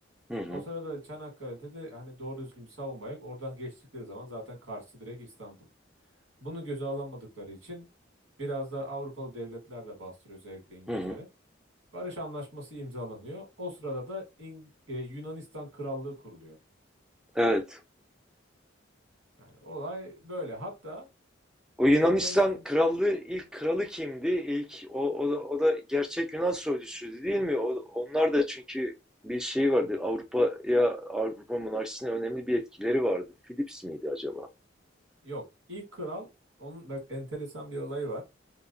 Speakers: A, in the centre; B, on the right.
A: hı hı,
B: O sırada Çanakkale'de de hani doğru düzgün bir savunma yok. Oradan geçtikleri zaman zaten karşısı direkt İstanbul. Bunu göze alamadıkları için biraz da Avrupalı devletler de bastırıyor özellikle İngiltere.
A: hı hı.
B: Barış anlaşması imzalanıyor. O sırada da İng- e, Yunanistan Krallığı kuruluyor.
A: Evet.
B: Yani olay böyle. Hatta
A: O Yunanistan
B: enteresan
A: krallığı ilk kralı kimdi? İlk o, o da, o da gerçek Yunan soyluydu değil mi? O, onlar da çünkü bir şey vardı.
B: Hı.
A: Avrupa'ya Avrupa monarşisine önemli bir etkileri vardı. Philips miydi acaba?
B: yok. İlk kral onun bak enteresan bir olayı var.